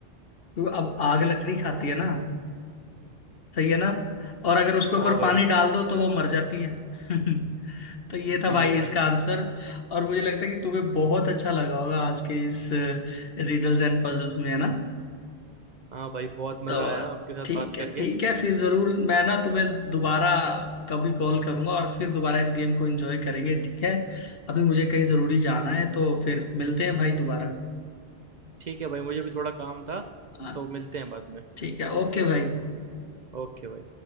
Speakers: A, on the left (about 65°); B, on the right (about 50°).
A: क्योंकि अब आग लकड़ी खाती है ना सही है ना और अगर उसके ऊपर
B: हाँ भाई
A: पानी डाल दो तो वो मर जाती है <laughs> तो ये था
B: जी
A: भाई इसका
B: भाई
A: आंसर और मुझे लगता है कि तुम्हें बहुत अच्छा लगा होगा आज के इस रिडल्स एंड पजल्स में है ना
B: हाँ भाई बहुत मजा
A: तो
B: आया आपके साथ
A: ठीक
B: बात
A: है
B: करके
A: ठीक है फिर जरूर मैं ना तुम्हें दोबारा कभी कॉल करूंगा और फिर दोबारा इस गेम को एंजॉय करेंगे ठीक है अभी मुझे कहीं जरूरी जाना है तो फिर मिलते हैं भाई दोबारा
B: ठीक है भाई मुझे भी थोड़ा काम था
A: हाँ
B: तो मिलते हैं बाद में
A: ठीक है ओके भाई
B: ओके भाई